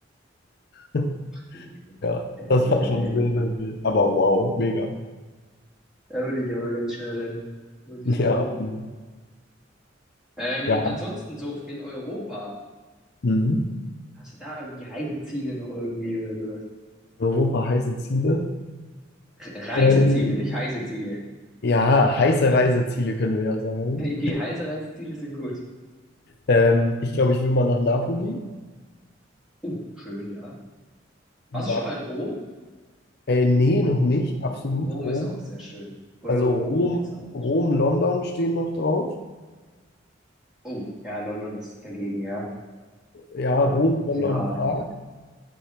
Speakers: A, on the left; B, in the centre.
A: <laughs>
B: Nee, nee, nee.
A: Ja,
B: Da würde
A: das
B: ich
A: war
B: aber
A: schon
B: rennen.
A: sehr, sehr wild. Aber wow, mega.
B: Da würde ich aber ganz schnell rennen, muss ich
A: Ja,
B: sagen.
A: absolut.
B: Ähm,
A: Ja.
B: ansonsten so in Europa,
A: Mhm.
B: hast du da irgendwie Reiseziele noch irgendwie oder sowas?
A: Europa heiße Ziele.
B: Re- Reiseziele,
A: Ähm,
B: nicht heiße Ziele.
A: ja, heiße Reiseziele können wir ja sagen.
B: Okay, heiße Reiseziele sind gut.
A: Ähm, ich glaube, ich will mal nach Napoli.
B: Uh, schön, ja. Warst du
A: Nap
B: schon mal in Rom?
A: äh, nee, noch nicht. Absolut
B: Rom
A: Rom.
B: ist auch sehr schön. Oh,
A: Also
B: Rom
A: Rom,
B: ist auch
A: Rom,
B: sehr schön.
A: London stehen noch drauf.
B: Oh, ja, London ist dagegen, ja.
A: Ja,
B: Ja,
A: Rom, London,
B: bisschen hart.
A: Prag.